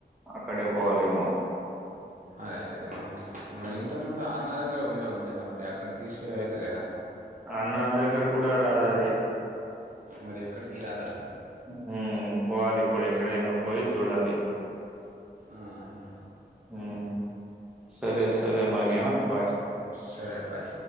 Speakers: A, in the centre; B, on the right (about 50°).
A: ఆక్కడ పోవాల అమ్మో
B: అదే అదే మరి ఇంతకుముందు అన్న దగ్గర ఉండే ఉందిగా మరి అక్కడ తీస్తే వెళ్ళాలగా
A: అన్న దగ్గర కూడా రాద అది
B: మరి ఎక్కడికి రాద అది
A: హ పోవాలి ఇప్పుడు ఎక్కడైనా పోయి చూడాలి
B: ఆహా
A: ఉమ్ సరే సరే మరి యా బాయ్
B: సరే బాయ్